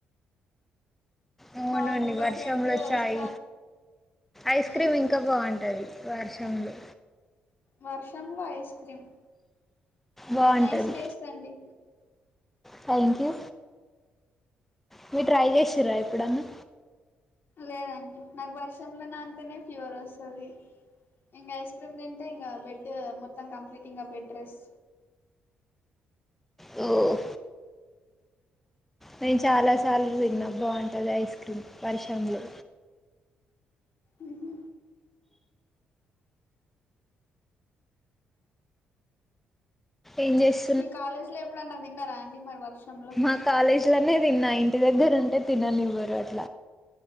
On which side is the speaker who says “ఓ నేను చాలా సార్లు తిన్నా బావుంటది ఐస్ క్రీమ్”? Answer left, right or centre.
Centre